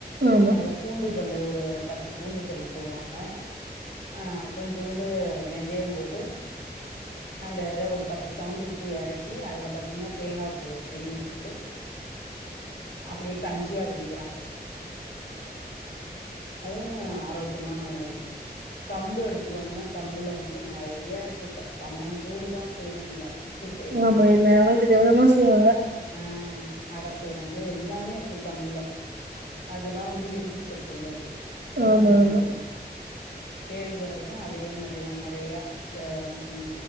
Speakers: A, on the right; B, on the left.
A: ஆமா
B: அதுல பூண்டு பல்லு ஒரு பத்து பூண்டு பல்லு போடுவாங்க ஆ கொஞ்சூண்டு வெந்தியம் போட்டு அந்த இத ஒரு பத்து சவுண்ட் வுட்டு எறக்கி அதுல பாத்தீங்கன்னா தேங்கா பூ திருவி போட்டு
A: <inaudible>
B: அப்டியே கஞ்சியா குடிக்கிறாங்க
A: <inaudible>
B: அதுவு ஆரோக்கியமான உணவு கம்பு எடுத்துக்கோங்க கம்புல வந்து நெறையா இருக்கு இப்ப கம்மங் கூளுதா செய்யனு இல்ல புட்டு செய்யலா
A: ஆமா என்ன வித விதமா செய்வாங்க
B: ஆ அட செய்றாங்க எல்லாமே இருக்கு கம்புல அதுலா வந்து இரும்பு சத்து உள்ளது அத
A: ஆமா
B: நம்ப
A: ஆமா
B: எடுத்துக்லா கேழ்வறகு அதே மாரிதா நெறையா இந்த ரொட்டி